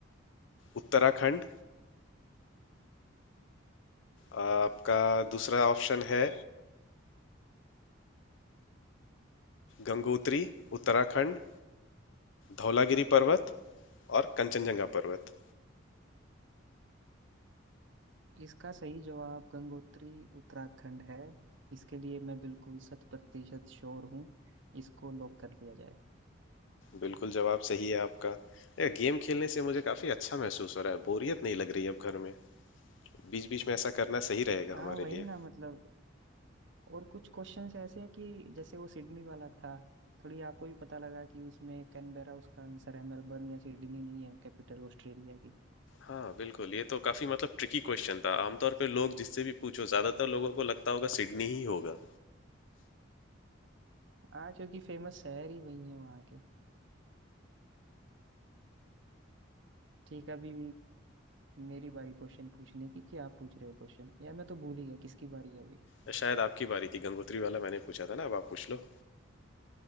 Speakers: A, on the left (about 70°); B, on the right (about 65°).
A: उत्तराखंड आ, आपका दूसरा ऑप्शन है गंगोत्री उत्तराखंड धौलागिरी पर्वत और कंचनजंगा पर्वत
B: इसका सही जवाब गंगोत्री उत्तराखंड है इसके लिए मैं बिल्कुल शत प्रतिशत श्योर हूँ इसको लॉक कर दिया जाए
A: बिल्कुल जवाब सही है आपका ये गेम खेलने से मुझे काफी अच्छा महसूस हो रहा है बोरियत नहीं लग रही है अब घर में बीच बीच में ऐसा करना सही रहेगा
B: हाँ
A: हमारे
B: वही
A: लिए
B: ना मतलब और कुछ क्वेश्चंस ऐसे हैं कि जैसे वो सिडनी वाला था थोड़ी आपको भी पता लगा कि उसमें कैनबेरा उसका आंसर है मेलबर्न या सिडनी नहीं है कैपिटल ऑस्ट्रेलिया की
A: हाँ बिल्कुल ये तो काफी मतलब ट्रिकी क्वेश्चन था आमतौर पे लोग जिससे भी पूछो ज्यादातर लोगों को लगता होगा सिडनी ही होगा
B: हाँ क्योंकि फेमस शहर ही वही है वहाँ के ठीक है अभी मेरी बारी क्वेश्चन पूछने की कि आप पूछ रहे हो क्वेश्चन यार मैं तो भूल ही गया किसकी बारी है अभी
A: नहीं शायद आपकी बारी थी गंगोत्री वाला मैंने पूछा था ना अब आप पूछ लो